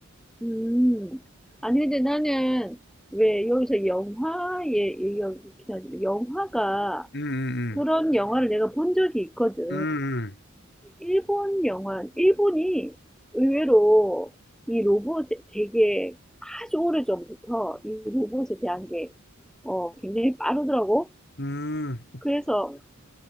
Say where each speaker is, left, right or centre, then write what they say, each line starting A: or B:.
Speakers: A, in the centre; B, on the left.
A: 음. 아니, 근데 나는 왜 여기서 영화에 얘기하긴 하지만, 영화가,
B: 음, 음,
A: 그런 영화를 내가 본 적이 있거든.
B: 음,
A: 일본 영화, 일본이 의외로 이 로봇 되게 아주 오래전부터 이 로봇에 대한 게 어, 굉장히 빠르더라고.
B: 음,
A: 그래서